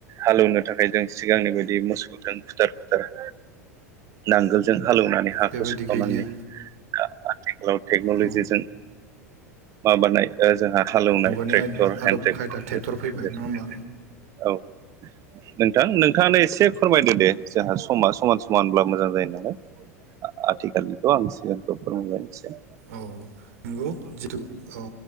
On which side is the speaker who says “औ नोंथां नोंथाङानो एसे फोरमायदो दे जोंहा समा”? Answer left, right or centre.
Right